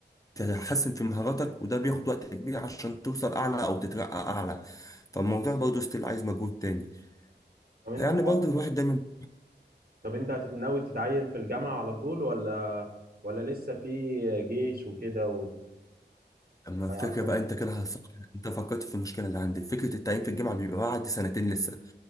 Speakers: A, on the left (about 20°); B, on the right (about 55°).
A: تحسن في مهاراتك وده بياخد وقت كبير عشان توصل اعلى او تترقى اعلى فالموضوع برضه ستيل عايز مجهود تاني
B: طب انت
A: يعني برضه الواحد دايما
B: طب انت هتتناوي تتعين في الجامعة على طول ولا ولا لسه في جيش وكده
A: اما
B: وهيعطل
A: الفكره بقى انت كده هصح. انت فكرت في المشكله اللي عندي فكره التعيين في الجامعه بيبقى بعد سنتين لسه